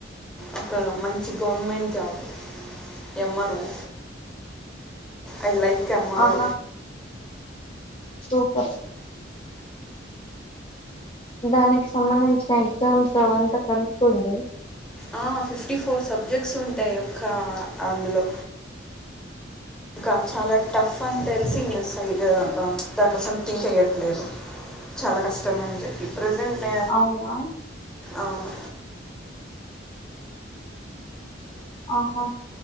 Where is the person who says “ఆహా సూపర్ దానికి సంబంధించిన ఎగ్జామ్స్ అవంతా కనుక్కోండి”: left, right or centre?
Left